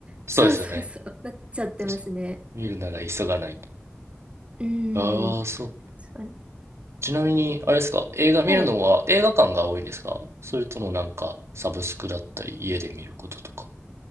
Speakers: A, on the right (about 80°); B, on the right (about 25°).
A: そうですよね。
B: そうそうそう、なっちゃってますね。
A: 確かに見るなら急がないと。
B: うーん。
A: ああ、そう。
B: 確かに
A: ちなみに、あれですか、映画見るのは映画館が多いんですかそれともなんか、
B: はい。
A: サブスクだったり、家で見ることとか。